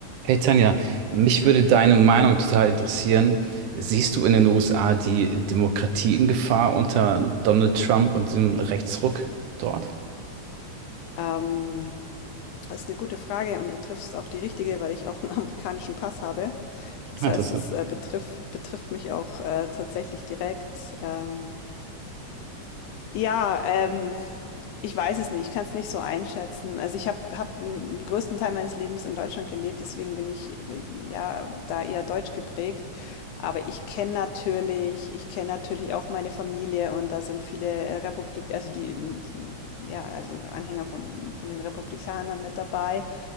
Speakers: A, on the right; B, on the left.
A: Hey Tanja, mich würde deine Meinung total interessieren. Siehst du in den USA die Demokratie in Gefahr unter Donald Trump und dem Rechtsruck dort?
B: Ähm, das ist eine gute Frage und du triffst auch die richtige, weil ich auch einen <laughs> amerikanischen Pass habe. Das
A: Ah,
B: heißt,
A: Interessant.
B: es, äh, betrifft betrifft mich auch, äh, tatsächlich direkt. Ähm, ja, ähm, ich weiß es nicht, ich kann es nicht so einschätzen. Also ich habe hab hab den größten Teil meines Lebens in Deutschland gelebt, deswegen bin ich äh, ja da eher deutsch geprägt. Aber ich kenne natürlich, ich kenne natürlich auch meine Familie und da sind viele äh, Republik, also die, ähm, ja, also Anhänger von, von den Republikanern mit dabei.